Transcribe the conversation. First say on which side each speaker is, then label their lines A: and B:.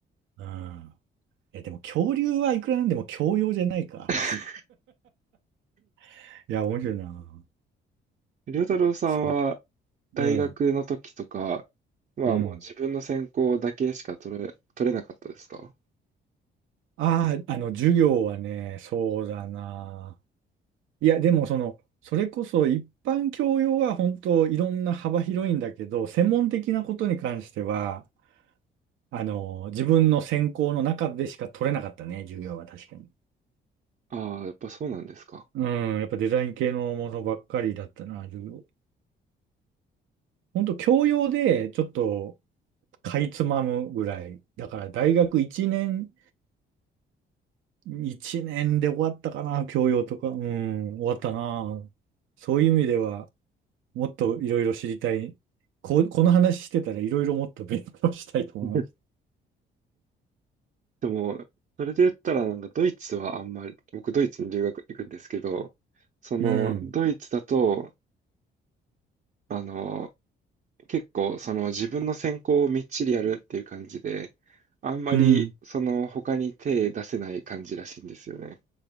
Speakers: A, on the right; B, on the right.
A: うん。いや、でも恐竜はいくらなんでも教養じゃないか。
B: <laughs>
A: <laughs> いや、面白いな。
B: りょうたろうさんは
A: そう。
B: 大学の時とか、
A: うん。
B: まあもう自分の専攻だけしか取れ、
A: うん。
B: 取れなかったですか
A: ああ、あの、授業はね、そうだな。いや、でもその、それこそ一般教養は本当いろんな幅広いんだけど、専門的なことに関しては、あの、自分の専攻の中でしか取れなかったね、授業は確かに。
B: ああー、やっぱそうなんですか。
A: うん、やっぱデザイン系のものばっかりだったな、授業。ほんと教養でちょっとかいつまむぐらい。だから大学1年、1年で終わったかな、教養とか。うん、終わったな。そういう意味では、もっといろいろ知りたい。こ、この話してたらいろいろもっと勉強したいと思います。
B: <laughs> でも、それで言ったらなんかドイツはあんまり、僕ドイツに留学行くんですけど、そのドイツだと、
A: うん。
B: あの、結構その自分の専攻をみっちりやるっていう感じで、あんまりその他に手出せない感じらしいんですよね。
A: うん。